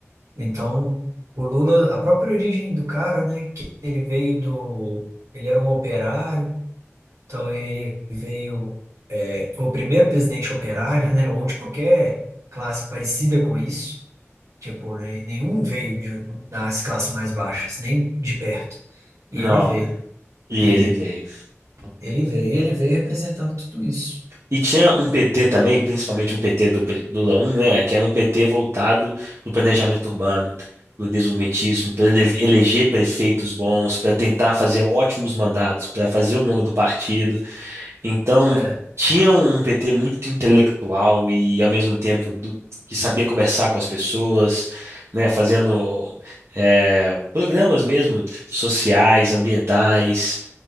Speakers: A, on the right; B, on the right.
A: Então, o Lula, a própria origem do cara, né? Que ele veio do, ele era um operário, então ele veio Foi o primeiro presidente operário, né? Ou de qualquer classe parecida com isso. Tipo, né, nenhum veio de- das classes mais baixas, nem de perto. E
B: não.
A: ele veio.
B: E
A: E
B: ele veio.
A: ele veio, e ele veio representando tudo isso.
B: E tinha
A: Tudo.
B: um PT também, principalmente um PT do, pri- do Lula 1, né, que era um PT voltado para o planejamento urbano, para o desenvolvimentismo, para eleger prefeitos bons, para tentar fazer ótimos mandatos, para fazer o nome do partido. Então,
A: É,
B: tinha um PT muito intelectual e, ao mesmo tempo, do- que sabia conversar com as pessoas, né, fazendo eh, programas mesmo sociais, ambientais.